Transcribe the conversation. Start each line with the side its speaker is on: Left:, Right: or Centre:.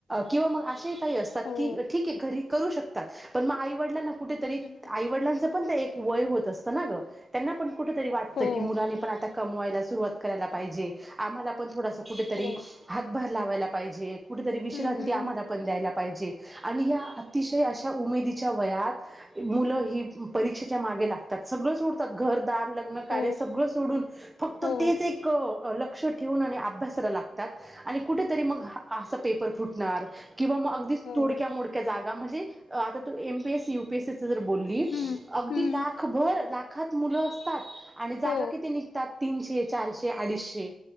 Right: किंवा मग असे असतात
Left: हो
Right: की ठीक आहे घरी करू शकतात, पण मग आईवडलांना कुठे तरी
Left: हम्म
Right: आई वडलांच पण ते ए वय होत असत ना ग त्यांना पण कुठ तरी वाटत
Left: हो
Right: की, मुलाने पण आता. कमवायला सुरुवात करायला पाहिजे, आम्हाला पण थोडास कुठेतरी
Left: हो.
Right: हातभार लावायला पाहिजे. कुठेतरी विश्रांती
Left: हम्म हम्म.
Right: आम्हाला पण द्यायला पाहिजे आणि हे अतिशय आशा उमेदीच्या वयात मुलं ही परीक्षेच्या मा गे लागतात. सगळं सोडतात घरदार लग्न कार्य
Left: हो
Right: सगळं सोडून फक्त
Left: हो
Right: तेच एक अं लक्ष ठेवून आणि अभ्यास करा लागतात आणि कुठेतरी मग आसा पेपर फुटणार. किंवा मग अगदीच
Left: हो.
Right: थोडक्या मोडक्या जागा, म्हणजे आता तू M P S C, U P S C च जर बोललीस,
Left: हम्म
Right: अगदी
Left: हम्म.
Right: लाखभर लाखात मुलं असतात. आणि जागा
Left: हो
Right: किती निघतात तीनशे, चारशे, अडीचशे.